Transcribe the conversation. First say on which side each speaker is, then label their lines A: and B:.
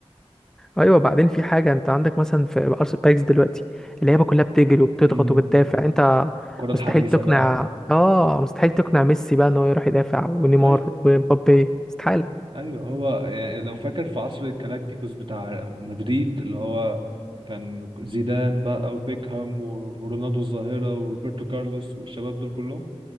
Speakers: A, in the centre; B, on the right.
A: ايوه بعدين في حاجه انت عندك مثلا في ارس بايكس دلوقتي اللعيبه كلها بتجري وبتضغط
B: امم
A: وبتدافع انت
B: الكره الحديثه
A: مستحيل تقنع
B: بقى و...
A: اه مستحيل تقنع ميسي بقى ان هو يروح يدافع ونيمار
B: ايوه
A: ومبابي استحاله
B: ايوه هو يعني لو فاكر في عصر الجالاكتيكوس بتاع مدريد اللي هو كان زيدان بقى وبيكهام و- ورونالدو الظاهره وروبرتو كارلوس والشباب دول كلهم